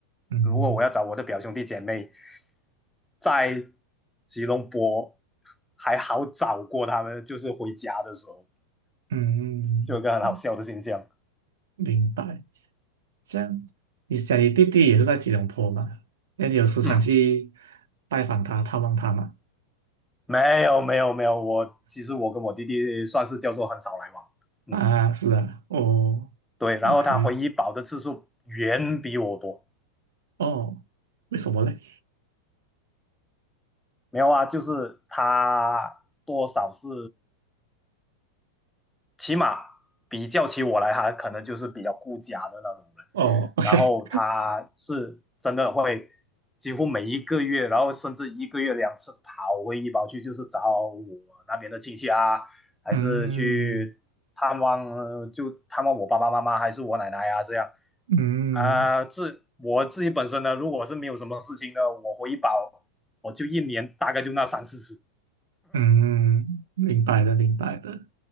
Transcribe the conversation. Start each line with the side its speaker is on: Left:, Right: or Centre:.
Right: 嗯
Centre: 如果我要找我的表兄弟姐妹，在吉隆坡还好找过他们，就是回家的时候
Right: 嗯，嗯嗯
Centre: 就有一个很好笑的现象。
Right: 明白。这样，你想你弟弟也是在吉隆坡嘛？那你有时常去
Centre: 嗯，
Right: 拜访他、探望他嘛？
Centre: 没有没有没有，我其实我跟我弟弟算是叫做很少来往。嗯，
Right: 啊，是啊，哦
Centre: 对，然后他回医保的次数远比我多。
Right: ，OK，哦，为什么嘞？
Centre: 没有啊，就是他多少是起码比较起我来，他可能就是比较顾家的那种人。
Right: 哦，OK，
Centre: 然后他是真的会几乎每一个月，然后甚至一个月两次跑回医保去，就是找我那边的亲戚啊，还是去探望，
Right: 嗯
Centre: 呃就探望我爸爸妈妈，还是我奶奶啊这样。
Right: 嗯
Centre: 啊，自我自己本身呢，如果是没有什么事情呢，我回医保我就一年大概就那三四次。
Right: 嗯，明白的，明白的。